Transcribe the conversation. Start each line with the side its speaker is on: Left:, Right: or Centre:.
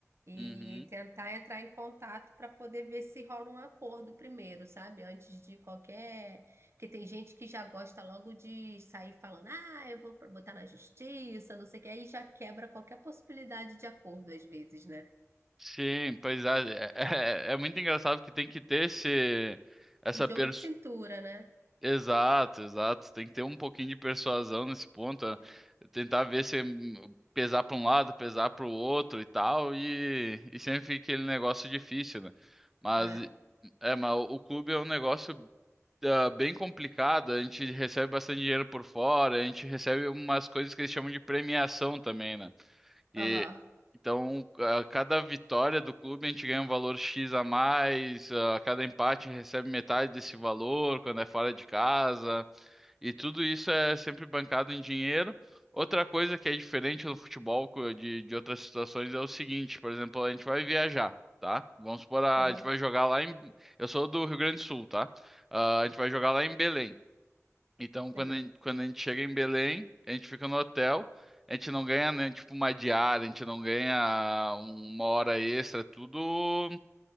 Right: E
Centre: Uhum.
Right: tentar entrar em contato para poder ver se rola um acordo primeiro, sabe? Antes de qualquer. Porque tem gente que já gosta logo de sair falando, ah, eu vou botar na justiça, não sei o que, aí já quebra qualquer possibilidade de acordo às vezes, né?
Centre: Sim, pois é, é, é é muito engraçado porque tem que ter esse, essa
Right: Um jogo
Centre: per-
Right: de cintura, né?
Centre: Exato, exato. Tem que ter um pouquinho de persuasão nesse ponto, eh,
Right: É.
Centre: tentar ver se hum, pesar para um lado, pesar para o outro e tal, e, e sempre fica aquele negócio difícil, né? Mas
Right: é.
Centre: é, mas o o clube é um negócio ah, bem complicado. A gente recebe bastante dinheiro por fora, a gente recebe umas coisas que eles chamam de premiação também, né? E,
Right: Aham,
Centre: então, a cada vitória do clube, a gente ganha um valor X a mais, a cada empate recebe metade desse valor quando é fora de casa, e tudo isso é sempre bancado em dinheiro. Outra coisa que é diferente no futebol co- de, de outras situações é o seguinte, por exemplo, a gente vai viajar, tá? Vamos supor, a
Right: aham,
Centre: a gente vai jogar lá em... Eu sou do Rio Grande do Sul, tá? Ah, a gente vai jogar lá em Belém. Então, quando
Right: sei.
Centre: a gente, quando a gente chega em Belém, a gente fica no hotel, a gente não ganha, né, tipo, uma diária, a gente não ganha uma hora extra, tudo,